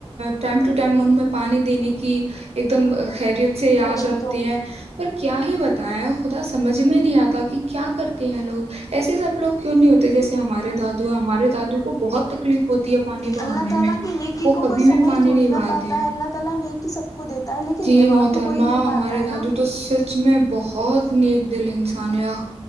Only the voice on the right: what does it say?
ٹائم ٹو ٹائم ان میں پانی دینے کی ایک دم خریت سے یاد
رکھتے
ہیں اور کیا ہی ب تا ہے خدا سمجھ میں نہیں آتا کہ کیا کرتے ہیں لوگ ایسے سب لوگ کیوں نہیں ہوتے جیسے ہمارے دادو ہمارے دادو کو بہت تکلیف ہوتی ہے پانی بہانے
میں
وہ
کبھی
بھی پانی
نہیں بہاتے
ہیں
جی
محترما
ہمارے
دادو
تو سچ میں بہت بہت نیک دل انسان ہے آ